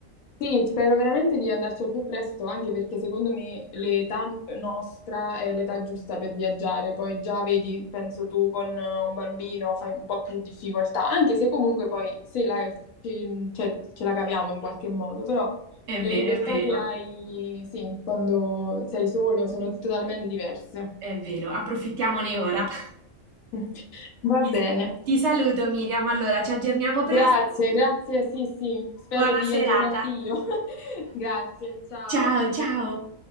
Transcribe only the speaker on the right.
È
vero,
è vero,
è vero, approfittiamone ora. <laughs>
Ti
ti saluto, Miriam. Allora, ci aggiorniamo presto.
Buona
serata.
Ciao, ciao.